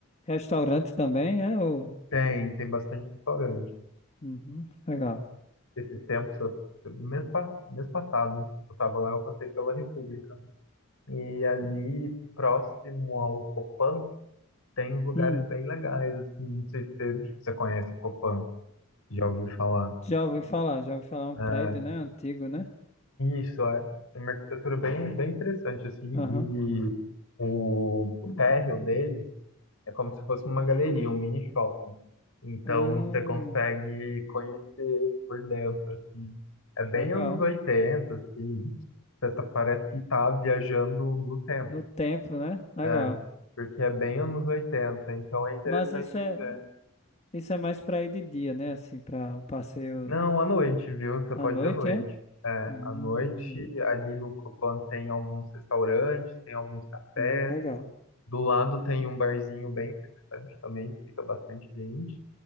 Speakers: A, on the left (about 30°); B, on the left (about 75°).
A: Restaurante também, é? Ou...
B: Tem, tem bastante restaurante.
A: Uhum, legal.
B: Esses tempos, eu- mês, pa- mês passado, eu estava lá, eu passei pela República. E ali, próximo ao Copan, tem uns lugares
A: Hum,
B: bem legais, assim, não sei se você, você conhece o Copan, já ouviu falar.
A: já ouvi falar, já ouvi falar. é Um
B: É,
A: prédio, né? Antigo, né?
B: Isso, é. É uma arquitetura bem, bem interessante, assim, e
A: Aham.
B: o, o térreo dele é como se fosse uma galeria, um mini shopping. Então,
A: Ah,
B: você consegue conhecer por dentro, assim. É bem
A: legal.
B: anos 80 assim, você tá- parece que tá viajando no tempo,
A: No tempo, né? Legal.
B: é, porque é bem anos 80 então é interessante
A: Mas isso
B: de
A: é,
B: ver.
A: isso é mais pra ir de dia, né? Assim, pra o passeio
B: Não, à noite, viu? Você
A: à
B: pode
A: noite,
B: ir à noite.
A: é?
B: É,
A: Hum,
B: à noite, ali no Copan tem alguns restaurantes, tem alguns cafés.
A: hum, legal.
B: Do lado tem um barzinho bem interessante também, que fica bastante gente.